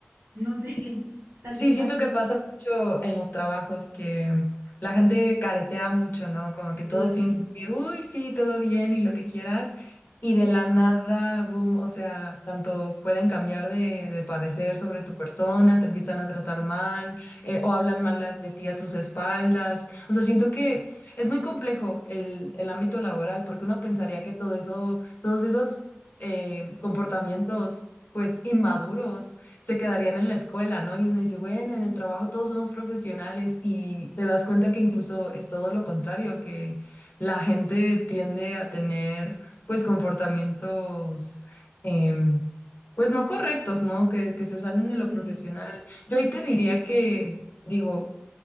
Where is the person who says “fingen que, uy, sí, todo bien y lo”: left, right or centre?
Left